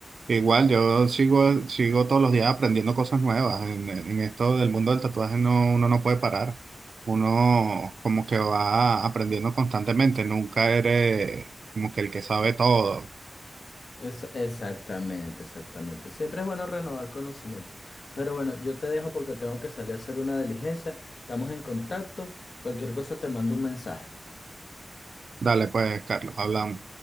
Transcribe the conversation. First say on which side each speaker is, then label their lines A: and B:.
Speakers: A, on the right (about 80°); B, on the left (about 75°).
A: Igual, yo sigo, sigo todos los días aprendiendo cosas nuevas. En, en esto del mundo del tatuaje no, uno no puede parar. Uno como que va aprendiendo constantemente. Nunca eres como que el que sabe todo.
B: Es- exactamente, exactamente. Siempre es bueno renovar conocimiento. Pero bueno, yo te dejo porque tengo que salir a hacer una diligencia. Estamos en contacto. Cualquier cosa te mando un mensaje.
A: Dale pues, Carlos, hablamos.